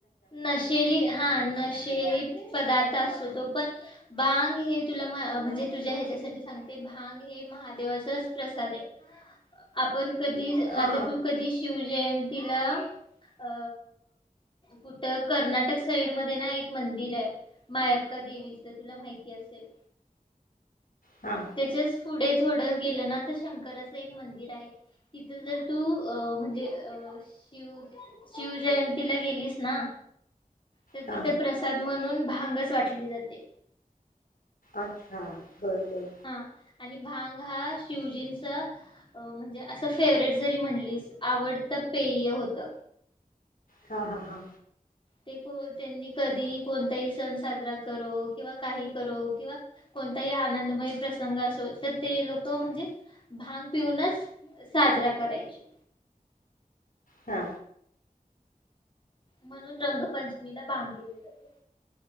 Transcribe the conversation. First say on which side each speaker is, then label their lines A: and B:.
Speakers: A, on the left; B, on the left.
A: नशेली हा नशेली पदार्थ. तो पण भांग हे तुला म्हणजे तुझ्या ह्याच्यासाठी सांगते भांग हे महादेव प्रसाद आपण कधी आता
B: हा
A: तू कधी शिवजयंतीला अ कुठं कर्नाटक साईड मध्ये ना एक मंदिर आहे मायक्का देवीच तुला माहिती असेल
B: हा
A: त्याच्याच पुढे थोडं गेलं ना तर शंकराचं एक मंदिर आहे तिथं जर तू अ म्हणजे अ शिव शिव जयंतीला गेलीस ना तर
B: हा
A: तिथे प्रसाद म्हणून भांगच वाटली जाते
B: अच्छा बरोबर
A: हा आणि भांग हा शिवजींचा म्हणजे असं फेवरेट जरी म्हणलीस आवडत पेय होत
B: हा हा हा
A: ते त्यांनी कधी कोणताही सण साजरा करो किंवा काही करो किंवा कोणताही आनंदमय प्रसंग असो तर ते लोक म्हणजे भांग पिऊनच साजरा करायचा
B: हा
A: म्हणून रंगपंचमीला भांग केली जाते